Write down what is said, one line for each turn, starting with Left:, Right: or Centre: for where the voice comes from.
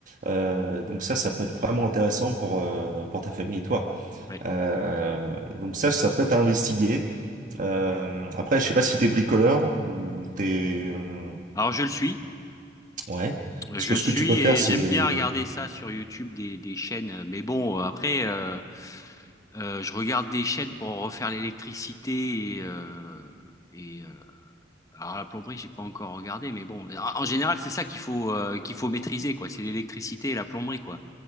Right: Euh, donc ça, ça peut être vraiment intéressant pour, euh, pour ta famille et toi.
Left: Ouais.
Right: Euh, donc ça, ça peut être à investiguer. Euh, après, je sais pas si t'es bricoleur ou t'es... euh,
Left: Alors je le suis,
Right: Ouais.
Left: je
Right: Parce que
Left: le
Right: ce
Left: suis
Right: que tu peux faire,
Left: et
Right: c'est
Left: j'aime bien regarder ça sur YouTube des, des chaînes. euh, Mais bon, euh, après, euh, euh, je regarde des chaînes pour refaire l'électricité et, euh, et euh, alors la plomberie, j'ai pas encore regardé, mais bon, en, en général, c'est ça qu'il faut euh, qu'il faut maîtriser, quoi. C'est l'électricité et la plomberie, quoi.